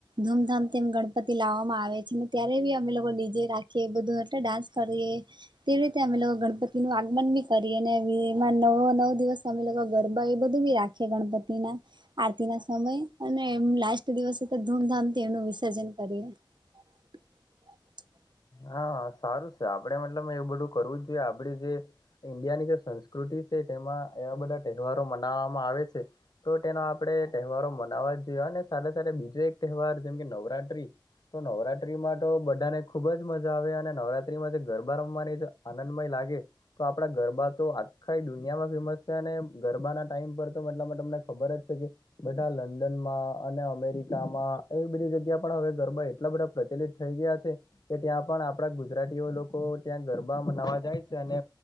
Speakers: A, on the right; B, on the left.
A: ધૂમધામ તેમ ગણપતિ લાવવામાં આવે છે ને ત્યારે બી અમે લો કો ડીજે રાખીએ બધું એટલે ડાન્સ કરીએ તેવી રીતે અમે લોકો ગણપતિ નું આગમન બી કરીએ ને બી એમાં નવો નવ દિવસ અમે લોકો ગરબા એ બધું બી રાખીએ ગણપતિ ના. આરતી ના સમય અને એમ લાસ્ટ દિવસે તો ધૂમધામથી એમનું વિસર્જન કરીએ. હ
B: હા, સારું છે આપડે મતલબ એવું બધું કરવું જ જોઈએ આપડી જે ઈન્ડિયાની જે સંસ્કૃતિ છે તેમાં એવા બધા તહેવારો મનાવામાં આવે છે તો તેનો આપડે તહેવારો મનાવા જોઈએ અને સાથે સાથે બીજો એક તહેવાર જેમ કે નવરાત્રી તો નવરાત ત્રીમાં તો બધાને ખુબ જ મજા આવે અને નવરાત્રીમાં જે ગરબા રમવાની આનંદમય લાગે તો આપડા ગરબા તો આખા દુનિયામાં ફેમસ છે અને ગરબાના ટાઈમ પર તો મટલા તમને ખબર જ છે કે બધા લંડન માં અને અમેરિકામાં એ બધી જગ્યા પણ હવે ગરબા એટલા બધા પ્રચલિત થઈ ગયા છે. કે ત્યાં પણ આપડા ગુજરાતીઓ લોકો ત્યાં ગરબા મનાવા જાય છે અને